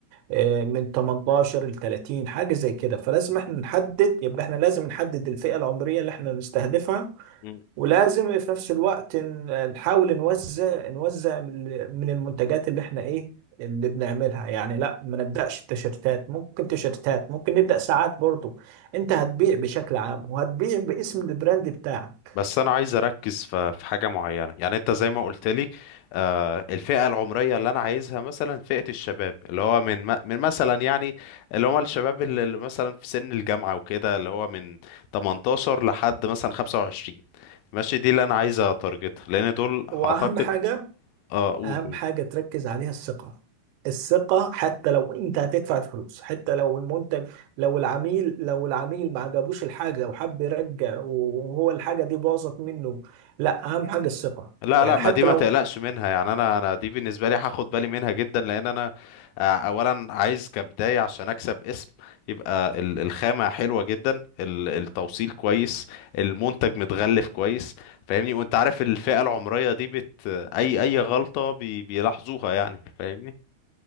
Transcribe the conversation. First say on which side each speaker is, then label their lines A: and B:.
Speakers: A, on the right (about 90°); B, on the left (about 90°).
A: آه، من 18 ل 30 حاجة زي كده فلازم احنا نحدد يبقى احنا لازم نحدد الفئة العمرية اللي احنا نستهدفها
B: مم.
A: ولازم في نفس الوقت ن- نحاول نوزع نوزع من من المنتجات اللي احنا ايه اللي بنعملها يعني لا ما نبدأش التيشيرتات ممكن تيشيرتات ممكن نبدأ ساعات برضو انت هتبيع بشكل عام وهتبيع باسم البراند بتاعك
B: بس انا عايز اركز ف- في حاجة معينة يعني انت زي ما قلت لي آه، الفئة العمرية اللي انا عايزها مثلا فئة الشباب اللي هو من م- من مثلا يعني اللي هم الشباب اللي اللي مثلا في سن الجامعة وكده اللي هو من 18 لحد مثلا 25 ماشي دي اللي انا عايز اتارجتها لان دول
A: واهم
B: اعتقد
A: حاجة
B: اقول
A: اهم حاجة تركز عليها الثقة الثقة حتى لو انت هتدفع الفلوس حتى لو المنتج لو العميل لو العميل ما عجبوش الحاجة وحب يرجع وهو الحاجة دي باظت منه لا اهم حاجة الثقة
B: لا
A: يعني
B: لا ما
A: حتى
B: دي ما
A: لو
B: تقلقش منها يعني انا انا دي بالنسبه لي هاخد بالي منها جدا لان انا آه، اولا عايز كبدايه عشان اكسب اسم يبقى ال- الخامه حلوه جدا ال- التوصيل كويس المنتج متغلف كويس فاهمني وانت عارف الفئه العمريه دي بت اي اي غلطه بي بيلاحظوها يعني فاهمني